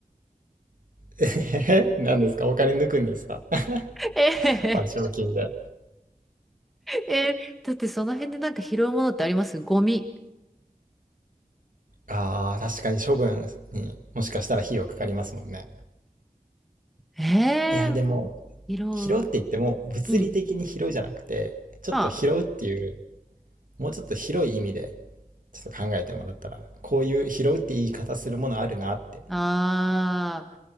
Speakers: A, on the right; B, in the centre.
A: <laughs> えへへ何ですかお金抜くんですか <laughs>
B: <laughs> えへへ
A: 賠償金で。
B: え、だってその辺でなんか拾うものってありますゴミ。
A: ああ、確かに処分にもしかしたら費用かかりますもんね。
B: えー、
A: いや、でも、
B: 拾う。
A: 拾うって言っても、物理的に拾うじゃなくて、
B: うん。
A: ちょっと拾うっていう
B: ま
A: もうちょっと広い意味でちょっと考えてもらったらこういう拾うって言い方するものあるなって
B: あ